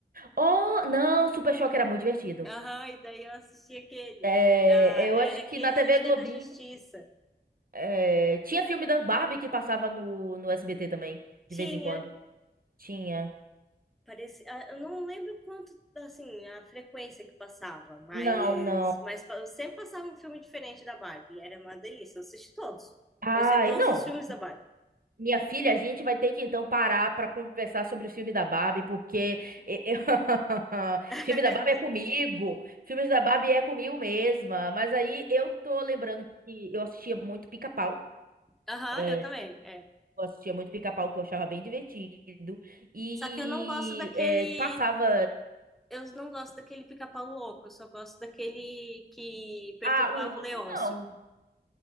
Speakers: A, on the right; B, in the centre.
A: Oh, não, Super Choque era muito divertido.
B: Aham, e daí eu assistia aquele.
A: É,
B: Ah,
A: eu
B: era
A: acho
B: aquele
A: que na TV
B: Liga
A: Globinho.
B: da Justiça.
A: é, tinha filme da Barbie que passava no, no SBT também, de
B: Tinha.
A: vez em quando. Tinha.
B: Parecia, eu não lembro quanto, assim, a frequência que passava, mas,
A: Não, não.
B: mas fa- sempre passava um filme diferente da Barbie. e Era uma delícia. Eu assisti todos.
A: Ai,
B: Eu sei todos
A: não.
B: os filmes da Barbie.
A: Minha filha, a gente vai ter que então parar pra conversar sobre o filme da Barbie, porque e- eu- <laughs>
B: <laughs>
A: filme da Barbie é comigo, filmes da Barbie é comigo mesma. Mas aí eu tô lembrando que eu assistia muito Pica-Pau.
B: Aham,
A: é,
B: eu também. É.
A: eu assistia muito Pica-Pau, que eu achava bem divertido. E
B: Só que eu não gosto daquele.
A: é, passava.
B: Eu não gosto daquele pica-pau louco. Eu só gosto daquele que perturbava
A: Ah, o Louco
B: o Leôncio.
A: não.